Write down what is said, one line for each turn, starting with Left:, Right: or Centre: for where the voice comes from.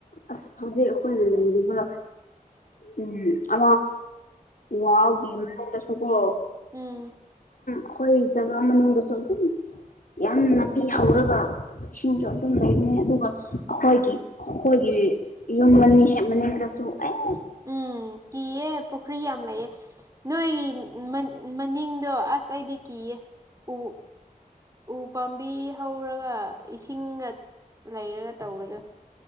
Left: ꯑꯁ ꯍꯧꯖꯤꯛ ꯑꯩꯈꯣꯏ ꯂꯩꯔꯤꯕ ꯎꯝ ꯑ ꯋꯥꯃ ꯁꯒꯣ
Right: ꯎꯝ
Left: ꯑꯩꯈꯣꯏ ꯖꯒꯥ ꯃꯅꯨꯡꯗꯁꯨ ꯑꯗꯨꯝ ꯌꯥꯝ ꯅꯥꯄꯤ ꯍꯧꯔꯒ ꯏꯁꯤꯡꯁꯨ ꯑꯗꯨꯝ ꯂꯩꯕꯅꯦ ꯑꯗꯨꯒ ꯑꯩꯈꯣꯏꯒꯤ ꯑꯩꯈꯣꯏꯒꯤ ꯌꯨꯝ ꯃꯅꯤꯡ ꯍꯦꯛ ꯃꯅꯤꯡꯗꯁꯨ ꯑꯩ
Right: ꯎꯝ ꯀꯤꯌꯦ ꯄꯨꯈ꯭ꯔꯤ ꯌꯥꯝ ꯂꯩꯑꯦ ꯅꯣꯏꯒꯤ ꯃꯅꯤꯡꯗꯣ ꯑꯁ ꯑꯩꯗꯤ ꯀꯤꯌꯦ ꯎ ꯎ ꯄꯥꯝꯕꯤ ꯍꯧꯔꯒ ꯏꯁꯤꯡꯒ ꯂꯩꯔꯒ ꯇꯧꯕꯗꯣ